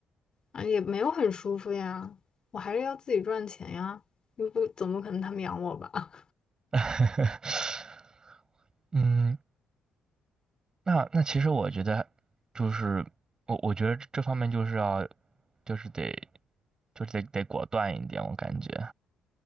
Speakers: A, on the left; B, on the right.
A: 啊也没有很舒服呀，我还是要自己赚钱呀，又不怎么可能他们养我吧？
B: <laughs> 嗯那那其实我觉得，就是我我觉得这方面就是要，就是得，就是得得果断一点，我感觉。